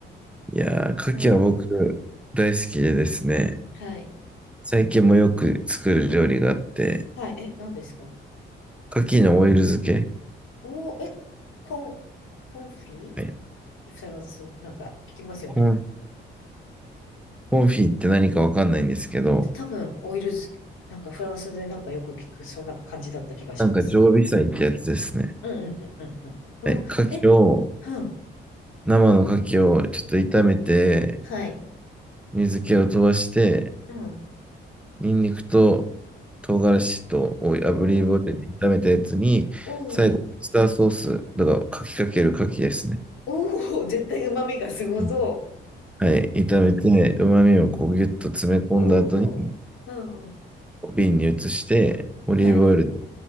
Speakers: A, in the centre; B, on the left.
A: いやー、牡蠣は僕大好きでですね、
B: うん。はい。
A: 最近もよく作る料理があって、
B: はい。え、何ですか
A: 牡蠣のオイル漬け、
B: おー、え、コン、コンフィ
A: はい
B: フランス、なんか聞きますよね。
A: コン、コンフィって何かわかんないんですけど、
B: た多分、オイル漬け、なんかフランスでなんかよく聞く、そんな感じだった気がします。
A: なんか常備菜ってやつですね。
B: うんうんうんうんうん。
A: はい、
B: おー、
A: 牡蠣を、
B: え、うん。
A: 生の牡蠣をちょっと炒めて、
B: はい。
A: 水気を飛ばして、
B: うん。
A: ニンニクと唐辛子とオイ炙りオイルで炒めたやつに、
B: おー、おー、
A: 最後、オイスターソース、だから、かきかけるかきですね。
B: おー、絶対旨味がすごそ
A: うんはい、炒めて、旨味をこうギュッと詰め込んだ後に、
B: う。おー、うんうん。
A: 瓶に移して、オリーブオイルで、
B: はい。